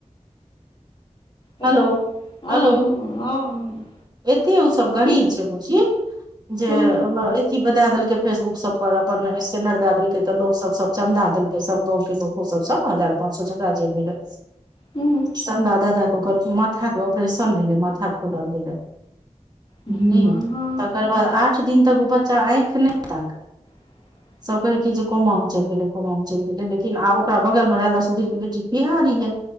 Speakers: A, on the left; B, on the right.
A: हेलो
B: हलो
A: हँ
B: हलो
A: हँ
B: एते ओ सब
A: बीच
B: गरीब छै बुझी जे
A: हँ
B: ओ चीप द देलकय फेसबुक सब पर अपन सेनर द देलकय त लोक सब चन्दा देलकय सब गाँव के लोक ओ सब सब हार पच सए जकरा जे भेलय
A: हूँ
B: चन्दा द दऽ कर माथा के ऑपरेशन भेलै माथा खोलल गेले
A: गे
B: हं
A: माँ
B: तकर बाद आठ दिन तक ओ बच्चा आँख नहि ताकै
A: ह <inaudible>
B: सब कहै कि जे कोमा मे चइल गेलै कोमा मे चइल गेलै लेकिन आ ओकरा बगल में राजा सुधीर के बेटी बिहा रीये